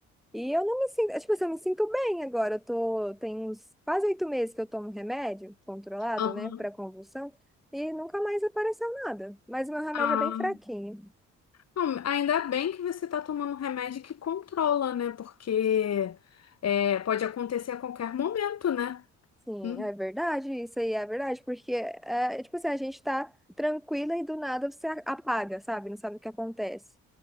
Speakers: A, in the centre; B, on the left.
A: E eu não me sinto, tipo assim, eu me sinto bem agora. Eu tô, tem uns quase oito meses que eu tomo remédio controlado,
B: aham.
A: né, para convulsão, e nunca mais apareceu nada. Mas o meu remédio
B: Ah,
A: é bem fraquinho.
B: não, ainda bem que você tá tomando um remédio que controla, né? Porque é, pode acontecer a qualquer momento, né?
A: Sim,
B: Hum.
A: é verdade, isso aí é verdade, porque é, é, tipo assim, a gente tá tranquila e do nada você a- apaga, sabe? Não sabe o que acontece.